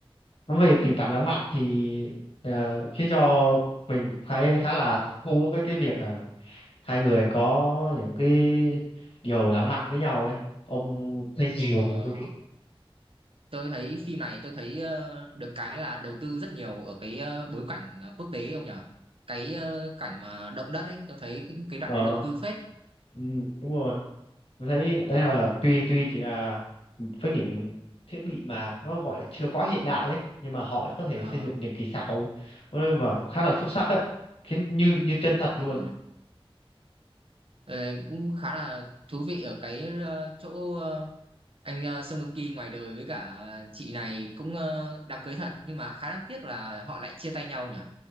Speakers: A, on the left; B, on the right.
A: nó về tình cảm lãng mạn thì ờ, khiến cho mình cũng khá khá là thú với cái việc ờ, hai người có những cái điều lãng mạn với nhau ấy ông thấy sao
B: Ờ,
A: về bộ phim ấy?
B: tôi thấy phim này tôi thấy ờ, được cái là đầu tư rất nhiều ở cái ờ, bối cảnh ờ, quốc tế ông nhở? Cái ờ, cảnh mà động đất ấy, tôi thấy cái đoạn
A: ờ
B: đấy đầu tư phết.
A: ừm, đúng rồi tôi thấy đấy là tuy tuy chỉ là với những thiết bị mà nó gọi là chưa quá hiện đại ấy nhưng mà họ đã có thể
B: Ờ,
A: xây dựng những kỹ xảo nói mà khá là xuất sắc ấy khiến như như chân thật
B: ờ,
A: luôn
B: ờ, cũng khá là thú vị ở cái ờ, chỗ anh uh, Song Joong Ki ngoài đời với cả chị này cũng ờ, đám cưới thật nhưng mà khá đáng tiếc là họ lại chia tay nhau nhỉ